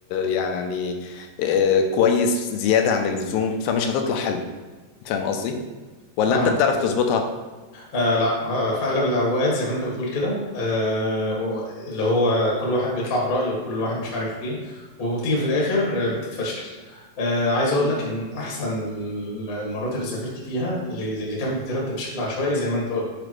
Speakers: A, on the left (about 80°); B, on the left (about 50°).
A: يعني آه، كويس زيادة عن اللزوم فمش هتطلع حلو فاهم قصدي ولا
B: فاهمك
A: انت بتعرف تظبطها
B: آه لا آه في اغلب الاوقات زي ما انت بتقول كده آه و- اللي هو كل واحد بيطلع برايه وكل واحد مش عارف ايه وبتيجي في الاخر آه، بتتفشكل آه عايز اقول
A: مم،
B: لك ان احسن ال- المرات اللي سافرت فيها اللي اللي كان بترتب بشكل عشوائي زي ما انت قلت